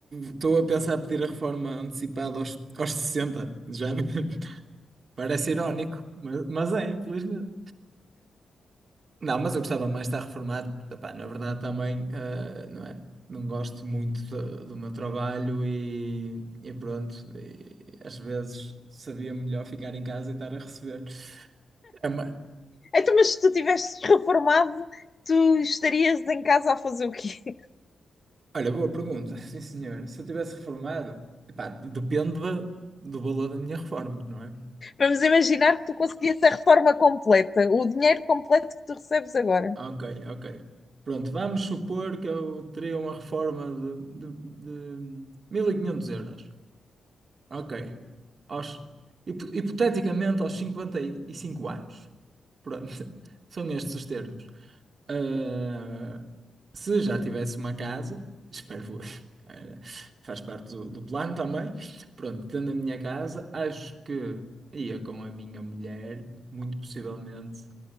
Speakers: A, on the right; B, on the left.
A: estou a pensar pedir a reforma antecipada aos, aos 60 já <laughs> parece irónico, mas, mas é, infelizmente. Não, mas eu gostava mais de estar reformado. Epá, na verdade, também eh, não é? Não gosto muito do, do meu trabalho e, e pronto, e às vezes sabia melhor ficar em casa e estar a receber. É uma-
B: Então, mas se tu tivesses reformado, tu estarias em casa a fazer o quê?
A: Olha, boa pergunta, <laughs> sim senhor. Se eu tivesse reformado, epá, depende da- do valor da minha reforma, não é?
B: <laughs> Vamos imaginar que tu conseguias a reforma completa, o dinheiro completo que tu recebes agora.
A: Ok, ok. Pronto, vamos supor que eu teria uma reforma de, de, de 1500 euros. Ok. Aos, hipo- hipoteticamente aos 55 anos. Pronto, <laughs> são estes os termos. Ah, se já tivesse uma casa, espero, eu, <laughs> eh, faz parte do, do plano também. Pronto, tendo a minha casa, acho que ia com a minha mulher, muito possivelmente